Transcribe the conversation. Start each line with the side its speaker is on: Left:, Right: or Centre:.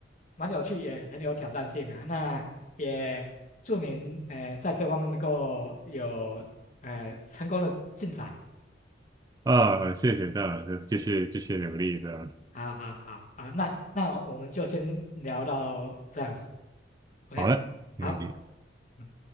Left: 蛮有趣，也很有挑战性啊。那也祝您，哎，在这方面能够有，哎，成功的进展。
Right: 啊，啊，谢谢，当然就是继续继续努力的。
Left: 好好好啊，那那我们就先聊到这样子，OK，
Right: 好了，没问题。
Left: 好。嗯。